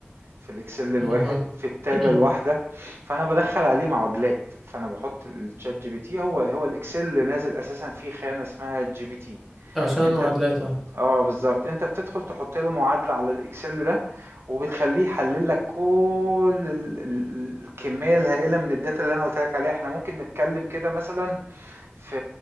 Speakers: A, on the right; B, in the centre.
A: في الإكسل الواحد
B: اها
A: في التابة
B: <clears throat>
A: الواحدة فأنا بدخل عليه معادلات فأنا بحط الشات جي بي تي هو هو الإكسل اللي نازل أساسا فيه خانة اسمها جي بي تي
B: عشان المعادلات
A: أنت بت-
B: اه
A: اه بالظبط أنت بتدخل تحط له معادلة على الإكسل ده وبتخليه يحلل لك كل ال- ال- الكمية الهائلة من الداتا اللي أنا قلت لك عليها احنا ممكن نتكلم كده مثلا في